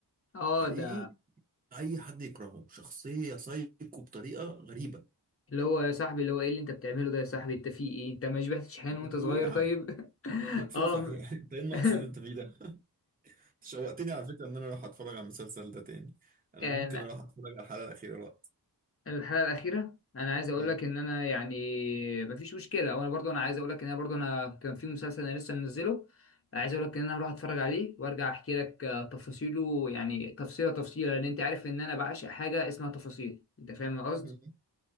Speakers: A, on the left; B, on the right.
A: اه
B: حقيقي
A: ده
B: أي حد يكرهه شخصية سايكو بطريقة غريبة
A: اللي هو يا صاحبي اللي هو ايه اللي انت بتعمله ده يا صاحبي انت في ايه انت ما شبعتش حنان وانت
B: مدفوق
A: صغير
B: يا عم
A: طيب <laughs>
B: مدفوق
A: اه
B: صحيح
A: م-
B: <laughs> أنت إيه النقص
A: <laughs>
B: اللي أنت فيه ده؟ <laughs> أنت شوقتني على فكرة إن أنا أروح أتفرج على المسلسل ده تاني أنا
A: يعني
B: ممكن أروح أتفرج على الحلقة الأخيرة دلوقتي
A: الحلقة الأخيرة انا عايز اقول
B: مم.
A: لك ان انا يعني مفيش مشكلة وانا برضو انا عايز اقول لك ان انا برضو انا كان في مسلسل انا لسه منزله عايز اقول لك ان انا هروح اتفرج عليه وارجع احكي لك آه، تفاصيله يعني تفصيلة تفصيلة لان انت عارف ان انا بعشق حاجة اسمها تفاصيل انت فاهم القصد
B: <laughs>